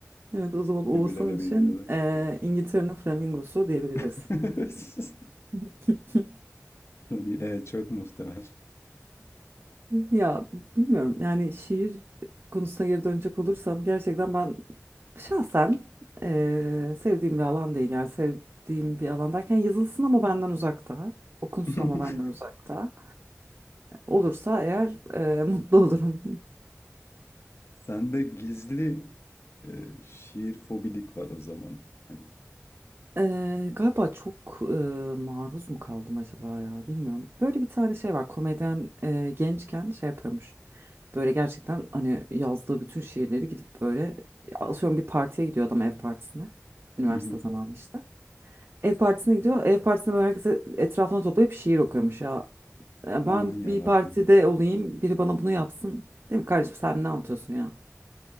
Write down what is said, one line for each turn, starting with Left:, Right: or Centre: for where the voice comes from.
Right: Evet o zaman
Left: birbirlerine
Right: Oğuzhan için
Left: benziyorlar.
Right: eee, İngiltere'nin flamingosu diyebiliriz.
Left: <laughs>
Right: <laughs>
Left: <laughs> Evet çok muhtemel.
Right: Ya bilmiyorum yani şiir konusuna geri dönecek olursam gerçekten ben şahsen eee, sevdiğim bir alan değil yani sevdiğim bir alan derken yazılsın ama benden uzakta okunsun
Left: <laughs>
Right: ama benden uzakta olursa eğer eee, <laughs> mutlu olurum
Left: Sende gizli e, şiir fobilik var o zaman. Hani,
Right: Eee, galiba çok eee, maruz mu kaldım acaba ya bilmiyorum. Böyle bir tane şey var komedyen eee, gençken şey yapıyormuş. Böyle gerçekten hani yazdığı bütün şiirleri gidip böyle atıyorum bir partiye gidiyor adam ev partisine. Üniversite
Left: Hı hı.
Right: zamanı işte. Ev partisine gidiyor. Ev partisinde böyle herkese etrafına toplayıp şiir okuyormuş ya. Ya Ben
Left: aman ya
Right: bir
Left: Rabbim.
Right: partide olayım biri bana bunu yapsın. Değil mi kardeşim sen ne anlatıyorsun ya?